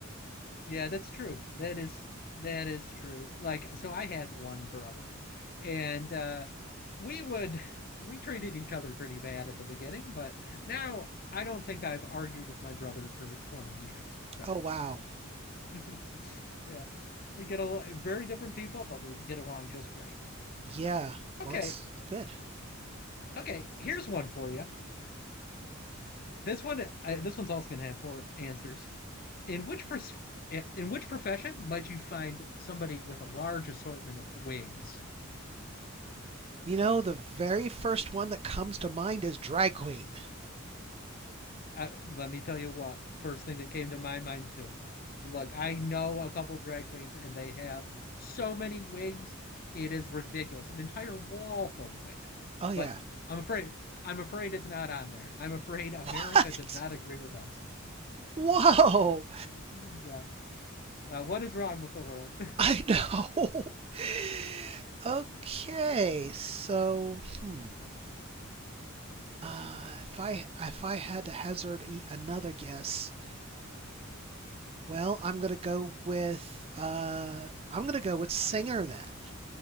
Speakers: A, on the left; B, on the right.
A: yeah, that's true. That is that is true. Like, so I had one brother, and uh, we would we treated each other pretty bad at the beginning, but now I don't think I've argued with my brother for twenty years. So.
B: Oh, wow.
A: <laughs> Yeah. We get a very different people, but we get along just great.
B: Yeah,
A: Okay.
B: well, it's good.
A: Okay. Here's one for you. This one, I, this one's also going to have four answers. In which pers- in which profession might you find somebody with a large assortment of wigs?
B: You know, the very first one that comes to mind is Drag Queen.
A: I, let me tell you what, first thing that came to my mind too. Look, I know a couple drag queens and they have so many wigs. It is ridiculous. An entire wall full of wigs.
B: Oh, yeah.
A: But I'm afraid I'm afraid it's not on there. I'm afraid America
B: <laughs> What?
A: does not agree with us.
B: Whoa!
A: <laughs> Yeah. Uh, what is wrong with the world?
B: I know. <laughs> okay, so hmm. Uh, if I if I had to hazard e- another guess, well, I'm gonna go with uh, I'm gonna go with singer then.